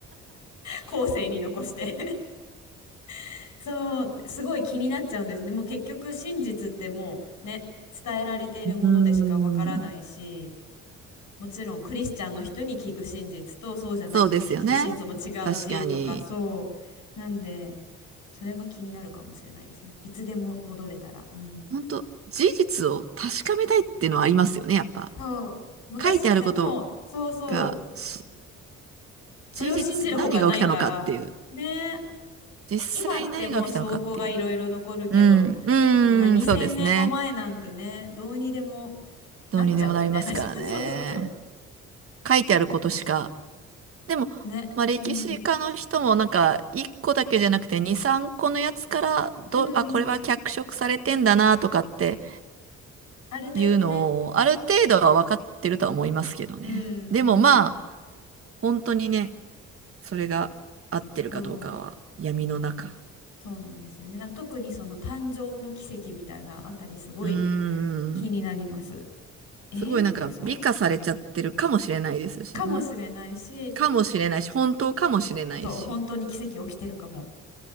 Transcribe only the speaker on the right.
うん。
そうですよね。確かに。
本当事実を確かめたいっていうのはありますよね、やっぱ。
書いてあること
が、し
事実、何が起きたのかっていう。
実際何が起きたのかっていうのは。
うん、うーん、
そうですね。
どうにでもなりますからね。
書いてあることしか。でも、
まあ、歴史家の人もなんか、
1個だけじゃなくて2、3個のやつから、ど、
あ、これは脚色されてんだなとかって
いうのを、ある程度は分かってるとは思いますけどね。
でもまあ、
本当にね、それが合ってるかどうかは闇の中。
うーん、
すごいなんか美化されちゃってるかもしれないですしね。
かもしれないし、本当かもしれないし。